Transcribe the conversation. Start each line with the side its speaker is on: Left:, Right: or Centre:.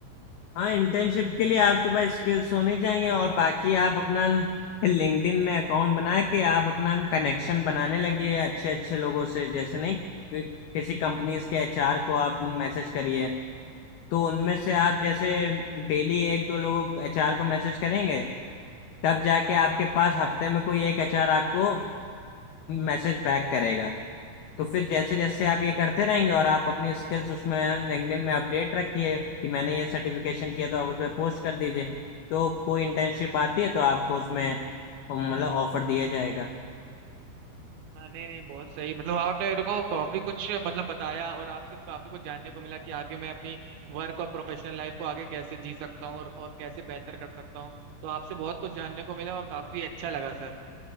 Left: हाँ इंटर्नशिप के लिए आपके पास स्किल्स होने चाहिए और बाकी आप अपना लिंक्डइन में अकाउंट बना के आप अपना कनेक्शन बनाने लगिए अच्छे अच्छे लोगों से जैसे नहीं कि- किसी कंपनीज के एचआर को आप मैसेज करिए तो उनमें से आप जैसे डेली एक दो लोगों एचआर को मैसेज करेंगे तब जाके आपके पास हफ्ते में कोई एक एचआर आपको मैसेज बैक करेगा तो फिर जैसे जैसे आप ये करते रहेंगे और आप अपनी स्किल्स उसमें लिंक्डइन में अपडेट रखिए कि मैंने ये सर्टिफिकेशन किया तो आप उसमें पोस्ट कर दीजिए तो कोई इंटर्नशिप आती है तो आपको उसमें मतलब ऑफर दिया जाएगा
Right: हाँ, नहीं नहीं बहुत सही मतलब आपने मेरे को काफी कुछ मतलब बताया और आपसे काफी कुछ जानने को मिला कि आगे मैं अपनी वर्क और प्रोफेशनल लाइफ को आगे कैसे जी सकता हूँ और, और कैसे बेहतर कर सकता हूँ तो आपसे बहुत कुछ जानने को मिला और काफी अच्छा लगा सर